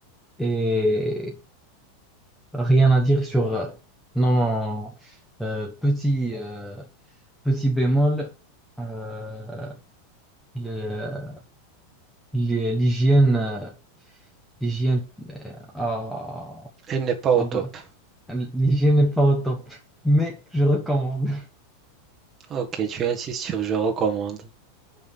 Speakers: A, in the centre; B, on the right.
A: et rien à dire sur non, non, non. Euh, petit. euh, Petit bémol, euh, le- l'hy- l'hygiène, euh, l'hygiène, euh, ah,
B: n'est pas au
A: ah
B: top.
A: ben, l'hygiène n'est pas au top, mais je recommande.
B: Ok, tu insistes sur je recommande.